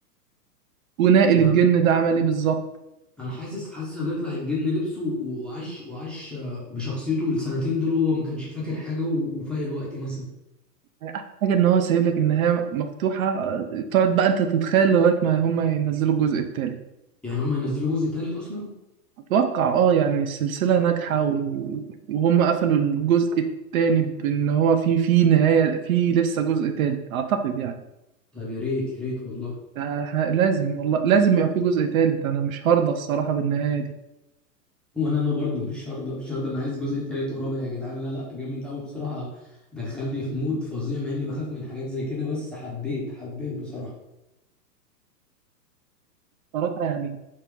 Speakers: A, on the right; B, in the centre.
A: وناقل
B: ده
A: الجن ده عمل ايه بالظبط
B: انا حاسس حاسس ان يطلع الجن لبسه و- وعاش وعاش آه، بشخصيته السنتين دول هو ما كانش فاكر حاجه و... وفايق الوقت مثلا
A: يعني احلى حاجة ان هو سايب لك النهاية مفتوحة آه، تقعد بقى انت تتخيل لغاية ما هما ينزلوا الجزء التالت
B: يعني هم ينزلوا جزء تالت اصلا
A: اتوقع اه يعني السلسلة ناجحة و- وهم قفلوا الجزء التاني بان هو في في نهاية في لسه جزء تالت اعتقد يعني
B: طب يا ريت يا ريت والله
A: ده ه- لازم والله لازم يبقى في جزء تالت انا مش هرضى الصراحة بالنهاية دي
B: ولا انا برضو مش هرضى مش هرضى انا عايز جزء تالت ورابع يا جدعان لا لا جامد قوي بصراحه دخلني في مود فظيع مع اني بخاف من حاجات زي كده بس حبيت حبيت بصراحه
A: صراحة يعني